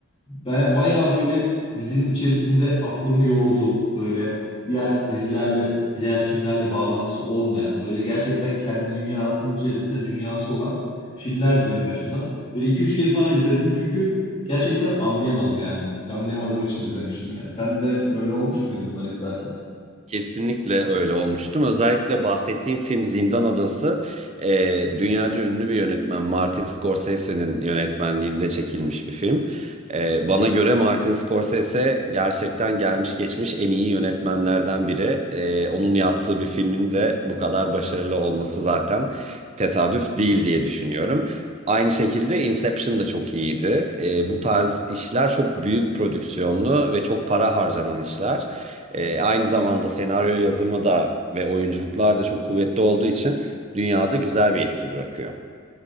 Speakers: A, on the left (about 25°); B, on the right (about 30°).
A: Baya, bayağı böyle dizinin içerisinde aklımı yorduğum böyle diğer dizilerle diğer filmlerle bağlantısı olmayan böyle gerçekten kendi dünyasının içerisinde dünyası olan filmlerdi benim açımdan. Böyle iki üç defa izledim çünkü gerçekten anlayamadım yani. Anlayamadığım için izlemiştim yani. Sen de böyle olmuş muydu bunları izlerken?
B: Kesinlikle öyle olmuştum. Özellikle bahsettiğim film Zindan Adası e, dünyaca ünlü bir yönetmen Martin Scorsese'nin yönetmenliğinde çekilmiş bir film. E, bana göre Martin Scorsese gerçekten gelmiş geçmiş en iyi yönetmenlerden biri. E, onun yaptığı bir filmin de bu kadar başarılı olması zaten tesadüf değil diye düşünüyorum. Aynı şekilde Inception da çok iyiydi. E, bu tarz işler çok büyük prodüksiyonlu ve çok para harcanan işler. E, aynı zamanda senaryo yazımı da ve oyunculuklar da çok kuvvetli olduğu için dünyada güzel bir etki bırakıyor.